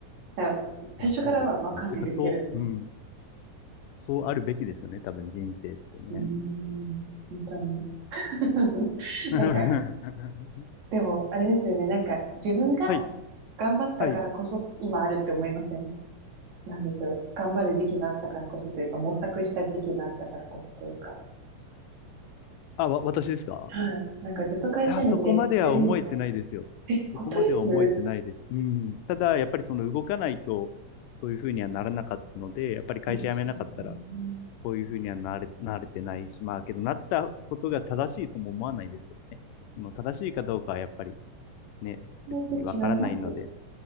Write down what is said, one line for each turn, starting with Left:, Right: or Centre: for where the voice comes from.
Right: だから最初からはわかんないですけどね。
Left: いや、そうですね。というか、そう、うん。そうあるべきですよね、多分人生ってね。
Right: うーん、本当に。<laughs>
Left: うん
Right: なんか、
Left: <laughs>
Right: でも、あれですよね。なんか、自分が
Left: はい、
Right: 頑張ったからこそ今あるって思いません
Left: はい。
Right: なんでしょう。頑張る時期があったからこそというか、模索した時期があったからこそというか。
Left: あ、わ、私ですか
Right: はい。なんかずっと会社員でやるには、
Left: いや、そこまでは思えてないですよ。
Right: え、
Left: そこまでは思えてないです。
Right: 本当です
Left: うん。ただ、やっぱりその動かないと、そういうふうにはならなかったので、やっぱり会社辞めなかったら、
Right: え、そうですよね。う
Left: こういうふうにはなれ、なれてないし、まあ、けど、なったことが正しいとも思わないですけどね。その正しいかどうかはやっぱりね、別にわからないので、
Right: と違います。